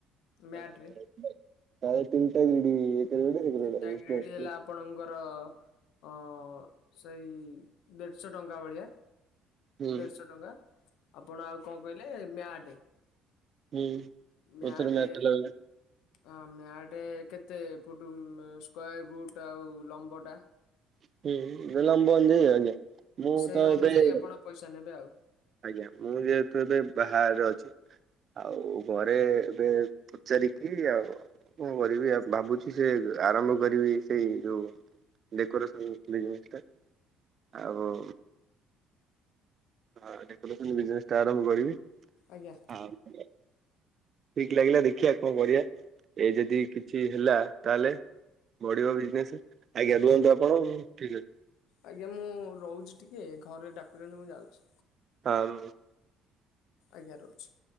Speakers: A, on the right (about 45°); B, on the left (about 80°).
A: <unintelligible>
B: ମ୍ୟାଟ ରେ। ତିନିଟା ଗ୍ରେଡି ହେଲା ଆପଣଙ୍କର ଅ ସେଇ ଦେଢ଼ଶ ଟଙ୍କା ଭଳିଆ।
A: ହୁଁ
B: ଦେଢଶ ଟଙ୍କା ଆପଣ ଆଉ କଣ କହିଲେ ମ୍ୟାଟେ?
A: ହୁଁ। ପଛରେ
B: ମ୍ୟାଟେ
A: ମ୍ୟାଟ୍ ଲଗା
B: ଆ ମ୍ୟାଟେ କେତେ ଫୁଟ୍ ସ୍କୋଆର୍ ଫୁଟ ଆଉ ଲମ୍ବ ଟା?
A: <unintelligible>
B: ସେଇ ଅନୁଯାୟୀ ଆପଣ ପଇସା ନେବେ ଆଉ।
A: ଆଜ୍ଞା ମୁଁ ଯେହେତୁ ଏବେ ବାହାରେ ଅଛି। ଆଉ ଘରେ ଏବେ ପଚାରିକି ଆଉ କଣ କରିବି ଭାବୁଚି ସେ ଆରମ୍ଭ କରିବି ସେଇ ଯୋଉ ଡେକୋରେସନ୍ ବିଜନେସ୍ ଟା ଆଉ ଆଉ ଡେକୋରେସନ ବିଜନେସ ଟା ଆରମ୍ଭ କରିବି।
B: ଆଜ୍ଞା।
A: <unintelligible> ଠିକ୍ ଲାଗିଲା ଦେଖିବା କଣ କରିବା ଏଇ ଯଦି କିଛି ହେଲା ତାହେଲେ ବଢ଼ିବ ବିଜନେସ୍। ଆଜ୍ଞା ରୁହନ୍ତୁ ଆପଣ ଠିକ୍ ଅଛି।
B: ଆଜ୍ଞା ମୁଁ ରହୁଚି ଟିକେ ଘରେ ଡାକୁଚନ୍ତି ମୁଁ ଯାଉଚି।
A: ହଁ ରୁହ।
B: ଆଜ୍ଞା ରହୁଚି।